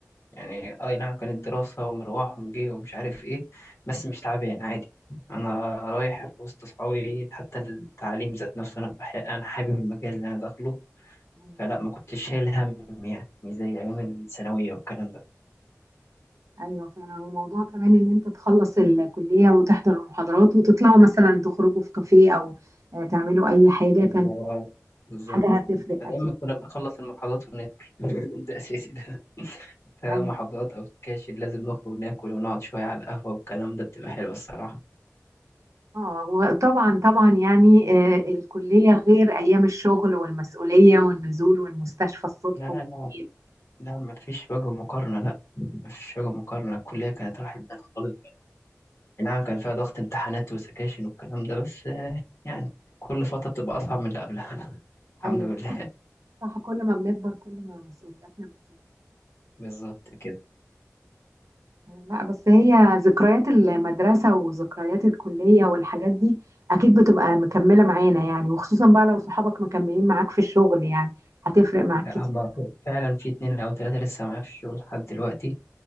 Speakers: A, on the left; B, on the right.
A: يعني آه، أي نعم كانت دراسة ومروح ومجي ومش عارف إيه بس مش تعبان عادي أنا رايح في وسط صحابي حتى التعليم ذات نفسه أنا بح... أنا حابب المجال اللي أنا داخله
B: مم.
A: فلا ما كنتش شايل هم يعني مش زي أيام الثانوية والكلام ده
B: ايوه فعلا وموضوع كمان ان انت تخلص الكلية وتحضر المحاضرات وتطلعوا مثلا تخرجوا في كافيه او آه، تعملوا اي حاجة
A: بالظبط
B: كان
A: بالظبط.
B: حاجة هتفرق
A: إحنا
B: اكيد
A: دايما كنا بنخلص المحاضرات وناكل <laughs> ده أساسي ده <laughs> سواء
B: أيوة.
A: محاضرات أو سكاشن لازم نخرج ناكل ونقعد شوية على القهوة والكلام ده بتبقى حلوة الصراحة
B: اه وطبعا طبعا يعني آه، الكلية غير أيام الشغل والمسؤولية والنزول والمستشفى الصبح
A: لا
B: وبالليل
A: لا لا لا مفيش وجه مقارنة لا مفيش وجه مقارنة الكلية كانت راحت بال خالص نعم كان فيها ضغط امتحانات وسكاشن والكلام ده بس آه، يعني كل فترة بتبقى أصعب من اللي قبلها <laughs> الحمد
B: أيوه
A: لله
B: صح كل ما بنكبر كل ما مسؤولياتنا بتزيد
A: بالظبط كده
B: لا بس هي ذكريات المدرسة وذكريات الكلية والحاجات دي أكيد بتبقى مكملة معانا يعني وخصوصا بقى لو صحابك مكملين معاك في الشغل يعني هتفرق معاك
A: لا
B: كتير
A: هما فعلا في اتنين أو تلاتة لسه معايا في الشغل لحد دلوقتي